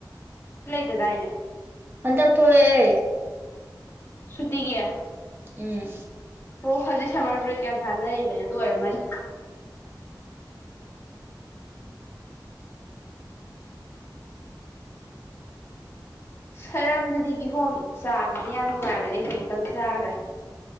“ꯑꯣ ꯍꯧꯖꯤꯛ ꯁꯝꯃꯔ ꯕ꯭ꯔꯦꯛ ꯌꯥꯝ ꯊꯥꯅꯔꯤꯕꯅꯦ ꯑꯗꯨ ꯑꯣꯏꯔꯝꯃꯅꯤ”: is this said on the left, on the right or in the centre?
Left